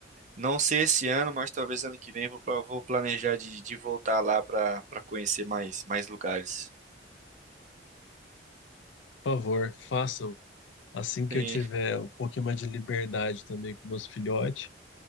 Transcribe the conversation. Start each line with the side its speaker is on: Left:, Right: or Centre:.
Right: não sei esse ano, mas talvez ano que vem vou, pla- vou planejar de, de voltar lá pra para conhecer mais, mais lugares.
Left: Por favor, façam. Assim que
Right: Sim,
Left: eu tiver um pouquinho mais de liberdade também com meus filhotes,